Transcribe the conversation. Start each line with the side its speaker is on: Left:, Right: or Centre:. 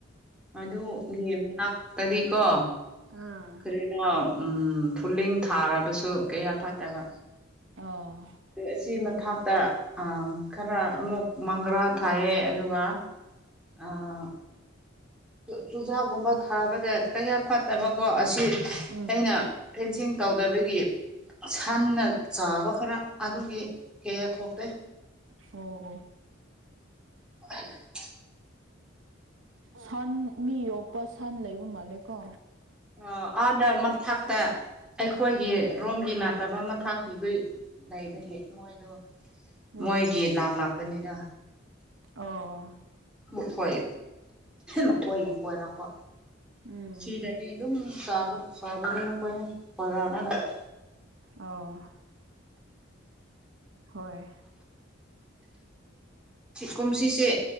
Centre: ꯑꯗꯨꯒꯤ ꯃꯅꯥꯛꯇꯗꯤ ꯀꯣ
Right: ꯑꯥ
Centre: ꯀꯩꯅꯣ ꯎꯝ ꯐꯨꯂꯤꯡ ꯊꯥꯔꯕꯁꯨ ꯀꯌꯥ ꯐꯠꯇꯕ
Right: ꯑꯥ
Centre: ꯑꯁꯤ ꯃꯊꯥꯛꯛꯇ ꯈꯔ ꯑꯃꯨꯛ ꯃꯪꯒ꯭ꯔꯥ ꯊꯥꯏꯌꯦ ꯑꯗꯨꯒ ꯑꯥ ꯆꯨꯖꯥꯛꯀꯨꯝꯕ ꯊꯥꯕꯅ ꯀꯌꯥ ꯐꯠꯇꯕꯀꯣ ꯑꯁꯤ
Right: ꯎꯝ
Centre: ꯑꯩꯅ ꯐꯦꯟꯁꯤꯡ ꯇꯧꯗꯕꯒꯤ ꯁꯟꯅ ꯆꯥꯕ ꯈꯔ ꯑꯗꯨꯒꯤ ꯀꯌꯥ ꯊꯣꯛꯇꯦ
Right: ꯑꯣ
Centre: <unintelligible>
Right: ꯁꯟ ꯃꯤ ꯌꯣꯛꯄ ꯁꯟ ꯂꯩꯕ ꯃꯥꯜꯂꯦꯀꯣ
Centre: ꯑ ꯑꯥꯗ ꯃꯊꯛꯇ ꯑꯩꯈꯣꯏꯒꯤ
Right: ꯎꯝ
Centre: ꯔꯣꯝꯒꯤ ꯅꯥ ꯇꯕ ꯃꯈꯥꯛꯀꯤꯗꯣ ꯂꯩꯕꯒꯤ ꯃꯣꯏꯗꯣ
Right: ꯎꯝ
Centre: ꯃꯣꯏꯒꯤ ꯂꯥꯛꯂꯥꯛꯄꯅꯤꯗ
Right: ꯑꯣ
Centre: ꯃꯈꯣꯏ ꯃꯈꯣꯏꯒꯤ ꯀꯣꯏꯔꯛꯄ
Right: ꯎꯝ
Centre: ꯁꯤꯗꯗꯤ ꯑꯗꯨꯝꯕ ꯆꯥꯕꯅꯤ <unintelligible>
Right: ꯑꯣ ꯍꯣꯏ
Centre: ꯀꯨꯝꯁꯤꯁꯦ